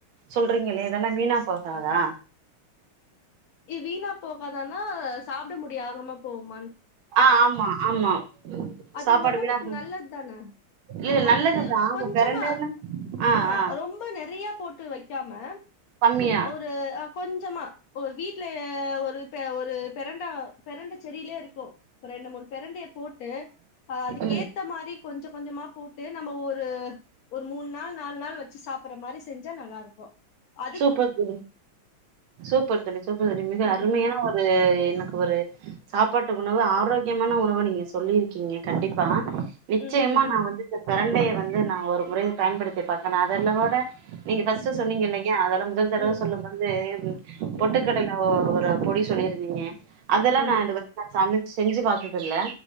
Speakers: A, on the right; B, on the left.
A: சொல்றீங்களே இதெல்லா வீணா போகாதா
B: வீணா போகாதானா சாப்ட முடிய ஆகாமா போம
A: ஆ ஆமா ஆமா
B: அது
A: சாப்பாடு
B: ஒடம்புக்கு
A: வீணா போ
B: நல்லத் தான
A: இல்ல
B: அது
A: நல்லதுதா இப்ப
B: கொஞ்சமா
A: பெரண்டன்னு ஆ
B: ஆமா
A: ஆ
B: ரொம்ப நெறைய போட்டு வைக் க்காம
A: கம்மியா
B: ஒரு அ கொஞ்சமா ஒரு வீட்டுல ஒரு பெ ஒரு பெரண்ட பெரண்டை செடியிலயே இருக்கு ஒரு ரெண்டு மூணு பெரண்டைய போட்டு அ அதுக்கேத்த
A: ம்
B: மாரி கொஞ்ச கொஞ்சமா போட்டு நம்ம ஒரு ஒரு மூண் நாள் நாலு நாள் வச்சு சாப்பற மாரி செஞ்சா நல்லாருக்கு
A: சூப்பர் தோழி சூப்பர் தோழி சூப்பர் தோழி மிக
B: ம்
A: அருமையான ஒரு எனக்கு ஒரு சாப்பாட்டு உணவு ஆரோக்கியமான உணவ நீங்க சொல்லிருக்கீங்க கண்டிப்பா நிச்சயமா
B: ம்
A: நா வந்து இந்த பெரண்டய வந்து நா ஒரு முறை பயன்படுத்தி பாக்கனு அதுல்ல கூட நீங்க ஃபர்ஸ்ட்
B: ம்
A: சொன்னிங்கில்லைங் யா அதுல முதல் தடவ
B: ம்
A: சொல்லும்பொழுது பொட்டுக்கடல
B: ம்
A: ஒ ஒரு பொடி சொல்லிருந்திங்க அதெல்லா
B: ஆமா
A: நா இது வ நா சமை செஞ்சு பாத்ததில்ல